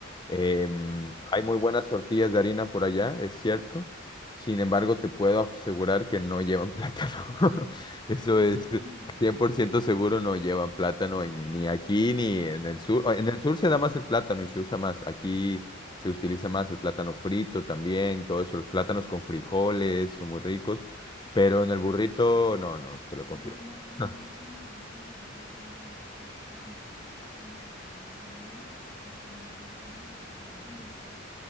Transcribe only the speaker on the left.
Em,
hay muy buenas tortillas de harina por allá, es cierto. Sin embargo, te puedo asegurar que no llevan plátano. <laughs> Eso
es 100%
seguro, no llevan plátano en- ni aquí ni en el sur. O, En el sur se da más el plátano y se usa más. Aquí se utiliza más el plátano frito también, todo eso. Los plátanos con frijoles son muy ricos. Pero en el burrito, no, no, te lo confirmo.
que
no.
No.